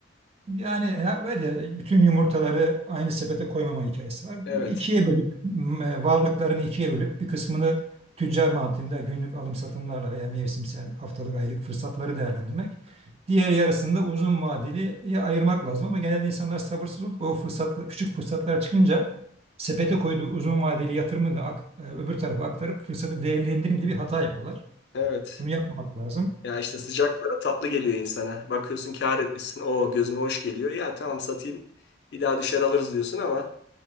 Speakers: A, on the right; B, on the left.
A: Yani he- var ya bütün yumurtaları aynı sepete koymama hikayesi var.
B: Evet,
A: İkiye bölüp m- e, varlıklarını ikiye bölüp bir kısmını tüccar mantığında günlük alım satımlarla veya mevsimsel haftalık aylık fırsatları değerlendirmek. Diğer yarısını da uzun vadeli ya ayırmak lazım ama genelde insanlar sabırsız olup o fırsatla, küçük fırsatlar çıkınca sepete koyduğu uzun vadeli yatırımını ak- e, öbür tarafa aktarıp fırsatı değerlendireyim diye bir hata yapıyorlar.
B: evet.
A: Bunu yapmamak lazım.
B: Ya işte sıcak para tatlı geliyor insana. Bakıyorsun kâr etmişsin. O gözüne hoş geliyor. Ya tamam satayım. Bir daha düşer alırız diyorsun ama